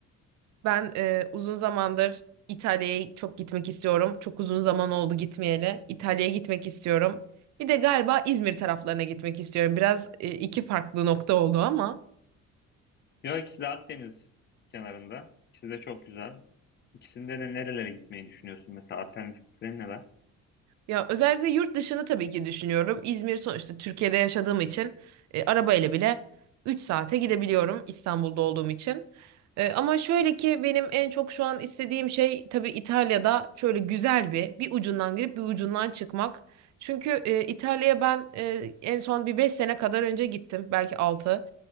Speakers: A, on the right; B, on the left.
A: Ben e, uzun zamandır İtalya'ya çok gitmek istiyorum. Çok uzun zaman oldu gitmeyeli. İtalya'ya gitmek istiyorum. Bir de galiba İzmir taraflarına gitmek istiyorum. Biraz e, iki farklı nokta oldu ama.
B: Yok ikisi de Akdeniz kenarında. İkisi de çok güzel. İkisinde de nerelere gitmeyi düşünüyorsun mesela alternatifleri neler?
A: Ya özellikle yurt dışını tabii ki düşünüyorum. İzmir sonuçta Türkiye'de yaşadığım için e, arabayla bile 3 saate gidebiliyorum İstanbul'da olduğum için. E, ama şöyle ki benim en çok şu an istediğim şey tabii İtalya'da şöyle güzel bir bir ucundan girip bir ucundan çıkmak. Çünkü e, İtalya'ya ben e, en son bir 5 sene kadar önce gittim belki 6.